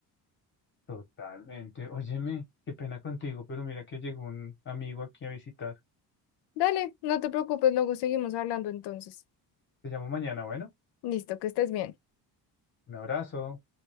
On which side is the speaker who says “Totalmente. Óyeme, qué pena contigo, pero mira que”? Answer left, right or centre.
Left